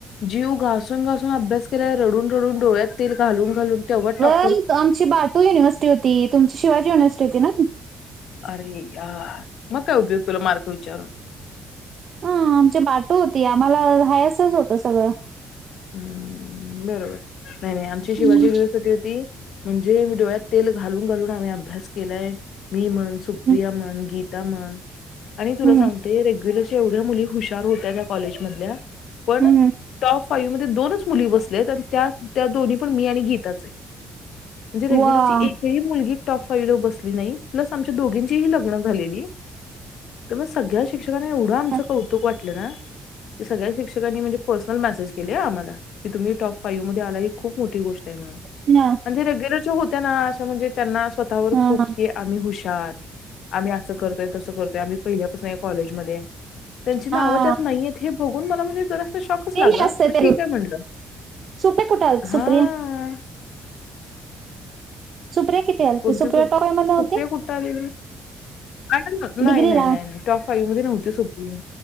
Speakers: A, on the left; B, on the right.
A: जीव घासून, घासून अभ्यास केलाल्या रडून, रडून डोळ्यात तेल घालून घालून तेवट टॉप.
B: मची बाटू युनिवर्सिट होती. तुमची शिवाजी युनवर्सट होती ना.
A: अरे यार मग काय उपयोग तुला मार्क विचारून.
B: ह आमची बाटू होती आम्हाला हायसच होतं सगळं.
A: हम्म बरोबर नाही नाही आमची शिवाजी
B: हम्म
A: दिवसिती होती म्हणजे डोळ्यात. तेल घालून घालून आम्ही अभ्यास केलाय मी म्हण, सुप्रिया
B: हम्म
A: म्हण, गीता म्हण. आणि तुला सांगते
B: हम्म
A: रेग्युलरशी एवढ्या मुली हुशार होत्या त्या कॉलेजमधल्या. पण
B: हम्म
A: टॉफ फायु मध्ये दोनच मुली बसलेत त्या त्या दोन्ही पण मी आणि गीताच आहे. म्हणजे
B: वा!
A: रेग्युलरली एकही मुलगी टॉप फाईव्ह ला बसली नाही. प्लस आमच्या दोघींचीही लग्न झालेली. तर मग सगळ्या शिक्षकांना एवढं आमचं
B: अच्छा,
A: कौतुक वाटलं ना. सगळ्या शिक्षकनी म्हणजे पर्सनल मेसेज केले आमला की तुम्ही टॉप फाईव्हध्ये आला ही खूप मोठी गोष्ट. गोष्ट आहे म्हणून.
B: अच्छा.
A: म्हणजे रेग्युलरच्या होत्या ना असं म्हणजे त्यांना स्वतःवर
B: हां,
A: खूप की आम्ही हुशार. आम्ही असं करतोय कसं करतोय आम्ही पहिल्यापासून कॉलेजमध्ये त्यांची नावं
B: हां.
A: त्यात नाहीय हे. बघुन मला म्हणजे जरासा शॉकच
B: ते
A: लागला.
B: नाही असतं
A: पण
B: ते
A: ठीक
B: रूट.
A: आहे म्हणल
B: सुप्रिया कुठे आलती
A: हा.
B: सुप्रिया? सुप्रिया किती आलती?
A: कोणती
B: सुप्रिया
A: सुप
B: टॉप मध्ये
A: सुप्रिया
B: होती?
A: कुठ आली ना. नाही,
B: डिग्रीला?
A: नाही, नाही, नाही टॉप फाईव्ह मध्ये नव्हती सुप्रिया.